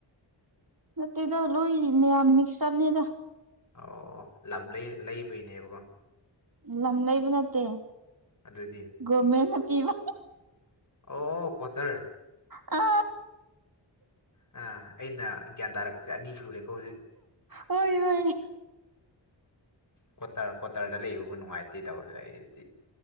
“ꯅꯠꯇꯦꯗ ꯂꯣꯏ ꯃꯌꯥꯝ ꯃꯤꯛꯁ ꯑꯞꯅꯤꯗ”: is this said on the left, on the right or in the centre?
Right